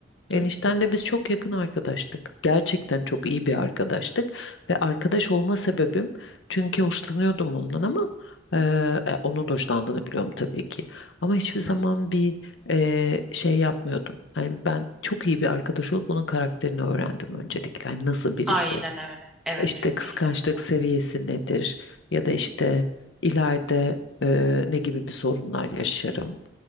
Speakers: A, on the left (about 80°); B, in the centre.
A: Eniştenle
B: Hı?
A: biz çok yakın arkadaştık. Gerçekten çok iyi bir arkadaştık. Ve arkadaş olma sebebim çünkü hoşlanıyordum ondan ama e, e, onun da hoşlandığını biliyorum tabii ki. Ama hiçbir zaman
B: Hı.
A: bir e, şey yapmıyordum. Yani ben çok iyi bir arkadaş olup bunun karakterini öğrendim öncelikle. Yani nasıl birisi?
B: Aynen öyle. Evet,
A: işte kıskançlık
B: kesinlikle.
A: seviyesi nedir ya da işte
B: Hı hı.
A: ileride e, ne gibi bir sorunlar yaşarım.